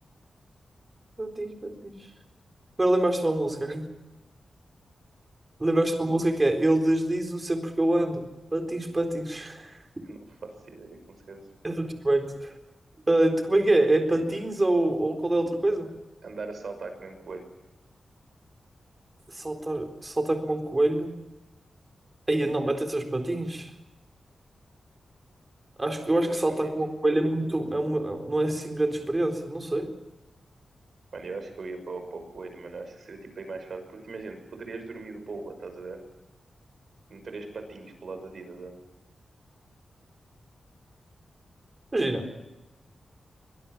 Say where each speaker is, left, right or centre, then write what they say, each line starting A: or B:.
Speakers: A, on the right (about 25°); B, on the right (about 60°).
A: Batiz, batiz. Agora lembraste de uma música. Lembraste de uma música que é Eu deslizo sempre que eu ando. Patins, patins. <laughs>
B: <laughs> Eu não faço ideia como se queres.
A: É do T-Rex. Ah, como é que é? É patins ou, ou qual é a outra coisa?
B: Andar a saltar como um coelho.
A: Saltar, saltar como um coelho. Aí não, mete seus patins. Acho,
B: Escolher
A: que- eu acho que
B: os
A: saltar
B: patins.
A: como um coelho é muito. É uma, não é assim grande experiência, não sei.
B: Mano, eu acho que eu ia para, o- para o coelho, mano. Eu acho que seria tipo aí mais fácil. Porque imagina, poderias dormir de boa, estás a ver? Não terias patins colados a ti, estás a ver?
A: Imagina.